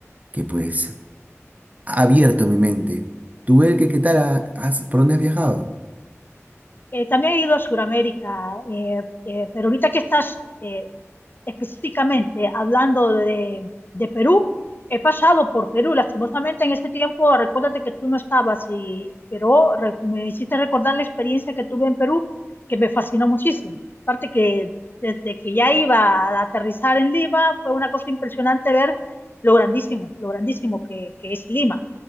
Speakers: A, on the right; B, on the left.
A: que pues ha abierto mi mente. ¿Tú, que qué tal? ha- has- ¿por dónde has viajado?
B: Eh, también he ido a Sudamérica, eh, eh, pero ahorita que estás eh, específicamente hablando de, de Perú, he pasado por Perú, lastimosamente en ese tiempo, recuérdate que tú no estabas, y, pero re- me hiciste recordar la experiencia que tuve en Perú, que me fascinó muchísimo. Aparte que desde que ya iba a aterrizar en Lima, fue una cosa impresionante ver lo grandísimo, lo grandísimo que, que es Lima